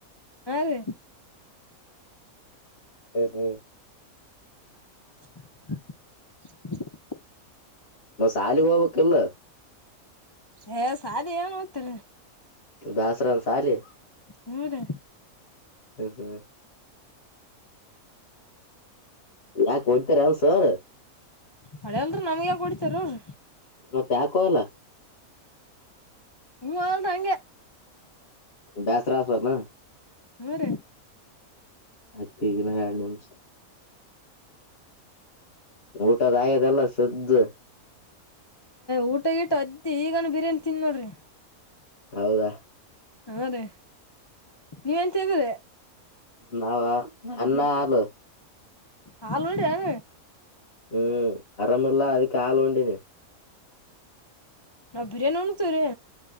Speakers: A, on the left (about 30°); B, on the left (about 45°).
A: ಹಾ ರೀ
B: ಹ್ಮ ಹ್ಮ
A: <inaudible>
B: ಸಾಲಿಗೆ ಹೋಬಕಿಲ್ಲ
A: ಯ ಸಾಲಿಗೆ ಏನ್ ಹೋಗೇತಿ
B: ಬೇಸರನ್ ಸಾಲಿ
A: ಹೌದಾ
B: ಹ್ಮ್ ಹ್ಮ್ ಯಾಕ ಹೊಡ್ತಾರ ಸರ್
A: ಹಳೆದ್ರ ನಮ್ಗೆ ಯಾಕ್ ಹೊಡಿತ್ಯರ ಅವರ
B: ಇವತ್ತು ಯಾಕೋಲ
A: ಹ ಆಳದಾಂಗ
B: ಬೇಸರತನ
A: ಹ್ಞೂ ರೀ
B: ಅತ್ತ ಈಗಿನ ನಿಮಷ ಊಟದ ಆಗ್ಯದಲ್ಲ. ಸ್ಜ
A: ಊಟಗಿಟ್ಟ ಅದ್ದಿ ಈಗಾನ ಬಿರಿಯಾನಿ ತಿನ್ ನೋಡ್ರಿ
B: ಹೌದಾ
A: ಹಾ ರೀ ನೀವ ಎಂತ ಇದ್ರಿ
B: ನಾವ ಅನ್ನ ಹಾಲ
A: ಹಾಲ್ ಒಡಿ ಅವ
B: ಹ್ಮ್ ಅರಮಲ್ಲಾ ಅದಕ್ಕೆ ಹಾಲು ಉಂಡಿನಿ
A: ನಾವ್ ಬಿರಿಯಾನಿ ಉಣಗ್ತೇವ್ರೀ